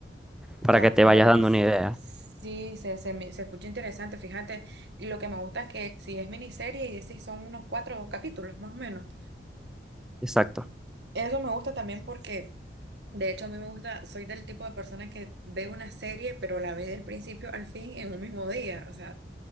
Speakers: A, on the right; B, in the centre.
A: ya,
B: para que te
A: fíjate
B: vayas dando
A: que s-
B: una idea.
A: sí, se, se, me- se escucha interesante, fíjate. Y lo que me gusta es que si es miniserie y decís son unos cuatro capítulos, más o menos.
B: Exacto.
A: Eso me gusta también porque De hecho, a mí me gusta, soy del tipo de persona que ve una serie, pero la ve del principio al fin en un mismo día, o sea,